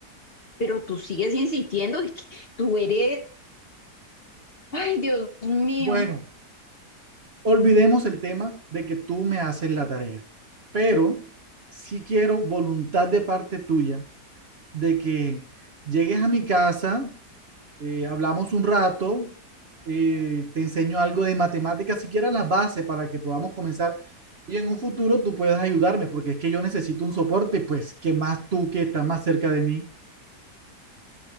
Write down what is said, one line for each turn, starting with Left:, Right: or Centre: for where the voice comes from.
Left: pero tú sigues insistiendo, es que tú eres Ay, Dios mío,
Right: Bueno, olvidemos el tema de que tú me haces la tarea, pero sí quiero voluntad de parte tuya de que llegues a mi casa eh, hablamos un rato, eh, te enseño algo de matemáticas, siquiera las bases para que podamos comenzar y en un futuro tú puedas ayudarme, porque es que yo necesito un soporte, pues que más tú que estás más cerca de mí.